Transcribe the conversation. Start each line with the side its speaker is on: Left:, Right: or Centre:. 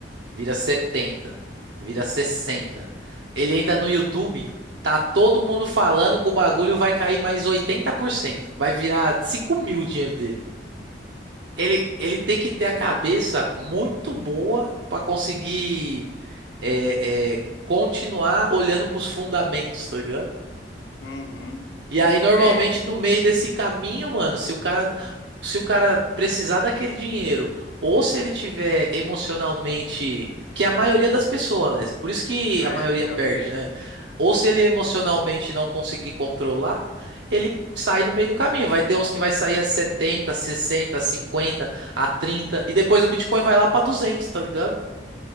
Right: vira 70, vira 60. Ele entra no YouTube, tá todo mundo falando que o bagulho vai cair mais oitenta por cento, Vai virar cinco mil o dinheiro dele. Ele, ele tem que ter a cabeça muito boa para conseguir é, é, continuar olhando para os fundamentos, tá ligado?
Left: uhum,
Right: E aí, normalmente,
Left: é,
Right: no meio desse caminho, mano, se o cara, se o cara precisar daquele dinheiro, ou se ele tiver emocionalmente, que é a maioria das pessoas, Alex, por isso que
Left: é,
Right: a maioria
Left: pior
Right: perde,
Left: que é.
Right: né? Ou se ele emocionalmente não conseguir controlar, ele sai no meio do caminho. Vai ter uns que vai sair a setenta sessenta cinquenta a 30 e depois o Bitcoin vai lá pra duzentos tá ligado?